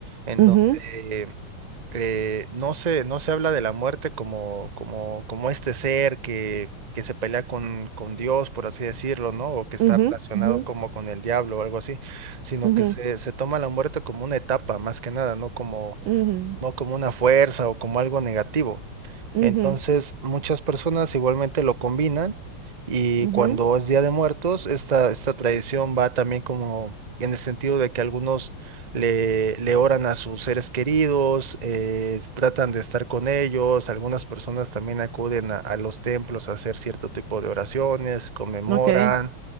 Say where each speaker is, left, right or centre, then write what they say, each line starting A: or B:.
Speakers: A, on the right; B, on the right.
A: en
B: ujú.
A: donde eh, no se, no se habla de la muerte como, como, como este ser que, que se pelea con, con Dios, por así decirlo, ¿no? O que está
B: Ujú,
A: relacionado
B: ujú,
A: como con el diablo o algo así, sino
B: ujú,
A: que se, se toma la muerte como una etapa, más que nada, no como,
B: ujú,
A: no como una fuerza o como algo negativo.
B: ujú,
A: Entonces, muchas personas igualmente lo combinan y
B: ujú,
A: cuando es Día de Muertos, esta, esta tradición va también como en el sentido de que algunos le, le oran a sus seres queridos, eh, tratan de estar con ellos, algunas personas también acuden a, a los templos a hacer cierto tipo de oraciones, conmemoran.
B: Ok,